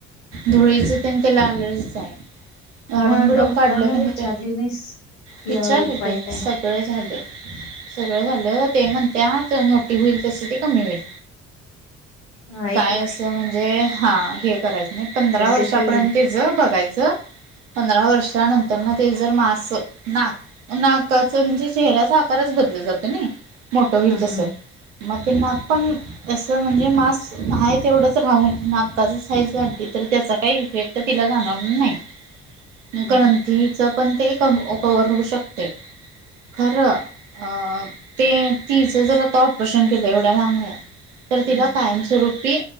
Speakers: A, on the right; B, on the left.
A: धुळीचं तेन तिला ऍलर्जीचं हाय झाडून
B: मग
A: बिडून
B: डॉक्टरांना
A: काढलं की नाही
B: विचारली
A: ते
B: नाहीस कि
A: विचारलं
B: यावर उपाय
A: की
B: काय
A: सगळं झालय सगळं झालं ते म्हणत्यात मोठी होईल तस ते कमी होईल
B: होय
A: काय असं म्हणजे हा हे करायचं नाही पंधरा
B: जस
A: वर्षापर्यंतच
B: की
A: तीचं बघायच पंधरा वर्षानंतरनं ते जर मा अस नाक नाकाचं म्हणजे चेहऱ्याचा आकारच बदल जातोय नाही मोठं होईल
B: हा
A: तसं
B: हा
A: मग ते नाक पण तसं म्हणजे मास आहे तेवढंच राहून नाकाच साईज वाढली तर त्याचा काही इफेक्ट तर तिला जाणवणार नाही
B: हा
A: ग्रंथीचं पण ते कवर होऊ शकतय खरं ते तिचं जरा आता ऑपरेशन केलं एवढ्या लहान वयात तर तिला
B: हा
A: कायमस्वरूपी